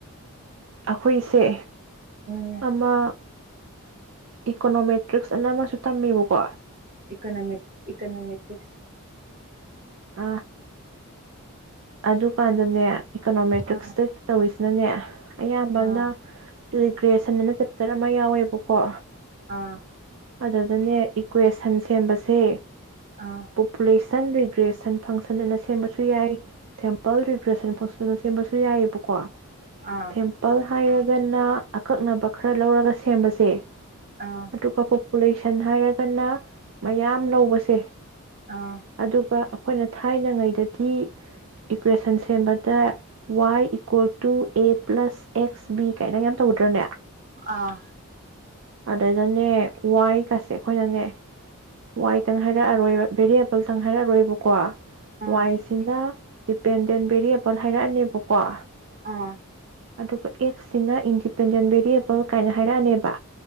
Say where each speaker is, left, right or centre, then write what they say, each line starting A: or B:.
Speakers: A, on the right; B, on the right.
A: ꯑꯩꯈꯣꯏꯁꯦ
B: ꯎꯝ
A: ꯑꯃꯥ ꯏꯀꯣꯅꯣꯃꯦꯇ꯭ꯔꯤꯛꯁ ꯑꯅ ꯑꯃꯁꯨ ꯇꯝꯃꯦꯕꯀꯣ
B: ꯏꯀꯣꯅꯣꯃꯤ ꯏꯀꯣꯅꯣꯃꯤꯇꯤꯛꯁ
A: ꯑ ꯑꯗꯨꯀꯥꯟꯗꯅꯦ ꯏꯀꯣꯅꯣꯃꯦꯇ꯭ꯔꯤꯛꯁꯇ
B: ꯑꯥ
A: ꯇꯧꯋꯦ ꯅꯅꯦ ꯑꯌꯥꯝꯕꯅ
B: ꯑꯥ
A: ꯇꯨꯏꯒ꯭ꯔꯦꯁꯟꯅ ꯆꯦꯞꯇꯔ ꯑꯃ ꯌꯥꯎꯋꯦꯕꯀꯣ
B: ꯑꯥ
A: ꯑꯗ ꯑꯗꯅꯦ ꯏꯀ꯭ꯋꯦꯁꯟ ꯁꯦꯝꯕꯁꯦ
B: ꯑꯥ ꯑꯥ
A: ꯄꯣꯄꯨꯂꯦꯁ ꯁꯟ ꯕꯤꯒ꯭ꯔꯦꯁ ꯁꯟ ꯐꯪꯁꯟ ꯑꯅ ꯁꯦꯝꯕꯁꯨ ꯌꯥꯏ ꯇꯦꯝꯄꯜ ꯔꯤꯒ꯭ꯔꯦꯁꯟ ꯐꯣꯁꯤꯜ ꯁꯦꯝꯕꯁꯨ ꯌꯥꯏꯑꯕꯀꯣ
B: ꯑꯥ
A: ꯊꯦꯝꯄꯜ ꯍꯥꯏꯔꯒ ꯒꯅ ꯑꯀꯛꯅꯕ ꯈꯔ ꯂꯧꯔꯒ ꯁꯦꯝꯕꯁꯦ
B: ꯑꯥ
A: ꯑꯗꯨꯒ ꯄꯣ ꯄꯣꯄꯨꯂꯦꯁꯟ ꯍꯥꯏꯔꯒꯅ ꯃꯌꯥꯝ ꯂꯧꯕꯁꯦ
B: ꯑꯥ
A: ꯑꯗꯨꯒ ꯑꯩꯈꯣꯏꯅ ꯊꯥꯏꯅꯉꯩꯗꯗꯤ ꯏꯀ꯭ꯋꯦꯁꯟ ꯁꯦꯝꯕꯗ ꯋꯥꯏ equal to A plus X B ꯀꯥꯏꯅꯒ ꯌꯥꯝ ꯇꯧꯗ꯭ꯔꯅꯦ
B: ꯑꯥ
A: ꯑꯗꯩꯗꯅꯦ ꯋꯥꯏꯒꯁꯦ ꯑꯩꯈꯣꯏꯅꯅꯦ ꯋꯥꯏꯗꯪ ꯍꯥꯏꯔꯛꯑꯔꯣꯏꯕ ꯚꯦꯔꯤꯌꯦꯕꯜꯇꯪ ꯍꯥꯏꯔꯛꯑꯔꯣꯏꯕꯀꯣ
B: ꯑꯥ
A: ꯋꯥꯏꯁꯤꯅ ꯗꯤꯄꯦꯟꯗꯦꯟ ꯕꯦꯔꯤꯌꯦꯕꯜ ꯍꯥꯏꯔꯛꯑꯅꯤꯕꯀꯣ
B: ꯑꯥ
A: ꯑꯗꯨꯒ ꯑꯦꯛꯁꯁꯤꯅ ꯏꯟꯗꯤꯄꯦꯟꯗꯦꯟ ꯚꯦꯔꯤꯌꯦꯕꯜ ꯀꯥꯏꯅ ꯍꯥꯏꯔꯛꯑꯅꯤꯕ